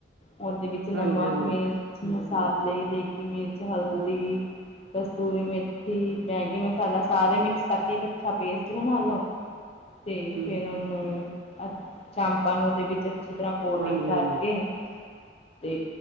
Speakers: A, on the left; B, on the right.
A: ਉਹਦੇ ਵਿੱਚ ਨਮਕ,
B: ਹਾਂਜੀ-ਹਾਂਜੀ,
A: ਮਿਰਚ, ਮਸਾਲੇ, ਦੇਗੀ ਮਿਰਚ, ਹਲਦੀ ਕਸਤੂਰੀ ਮੇਥੀ, ਦੈਗੀ ਮਸਾਲਾ ਸਾਰੇ ਮਿਕਸ ਕਰਕੇ ਇੱਕ ਅੱਛਾ ਪੇਸਟ ਬਣਾ ਲੋ।
B: <inaudible>
A: ਤੇ
B: ਹੂੰ,
A: ਫਿਰ ਉਹਨੂੰ ਅ ਚਾਮਪਾਂ ਨੂੰ ਉਹਦੇ ਵਿੱਚ ਅੱਛੀ ਤਰ੍ਹਾਂ ਕੋਟਿੰਗ
B: ਹਾਂਜੀ-ਹਾਂਜੀ,
A: ਕਰਕੇ ਤੇ